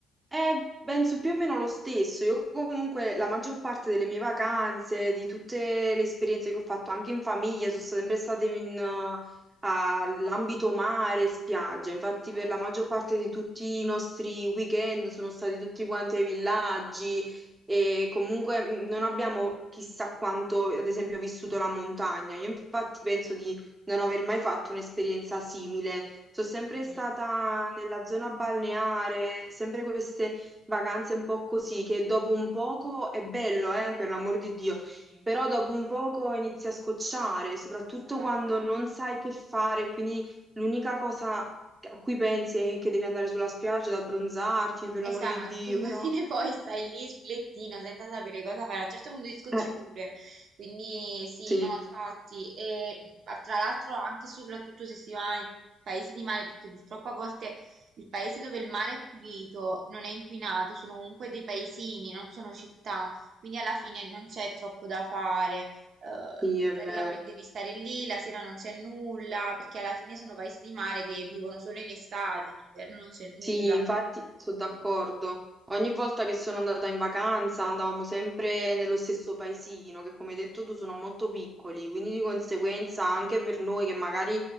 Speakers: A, on the right; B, on the right.
A: Eh, penso più o meno lo stesso. Io comunque la maggior parte delle mie vacanze, di tutte le esperienze che ho fatto anche in famiglia, sono state sempre state in, eh, all'ambito mare, spiaggia. Infatti
B: Esatto,
A: per la maggior parte di tutti i nostri weekend sono stati tutti quanti ai villaggi e comunque mh, non abbiamo chissà quanto, ad esempio, vissuto la montagna. Io infatti penso di non aver mai fatto un'esperienza simile. Sono sempre
B: mm,
A: stata nella zona balneare, sempre queste vacanze un po' così, che dopo un poco è bello, eh, per l'amor di Dio,
B: sì,
A: però dopo un poco inizi a scocciare, soprattutto
B: esatto,
A: quando non sai che fare, quindi l'unica cosa a cui pensi è che devi andare sulla spiaggia ad abbronzarti, per
B: esatto,
A: l'amor di Dio,
B: <laughs> alla
A: però...
B: fine poi stai lì sul lettino senza sapere cosa fare, a un certo punto ti scocci
A: Eh,
B: pure, quindi sì,
A: sì,
B: no, infatti, e ma tra l'altro anche e soprattutto se si va in paesi di mare, perché purtroppo a volte il paese dove il mare è pulito, non è inquinato, sono comunque dei paesini, non sono città, quindi alla fine non c'è troppo da fare. eh,
A: sì, è
B: praticamente
A: vero.
B: devi stare lì, la sera non c'è nulla, perché alla fine sono paesi di mare che vivono solo in estate, in inverno non c'è nulla.
A: Sì, infatti sono
B: Quindi,
A: d'accordo. Ogni volta che sono andata in vacanza andavamo sempre nello stesso paesino, che come hai detto tu sono molto piccoli, quindi di conseguenza anche per noi che magari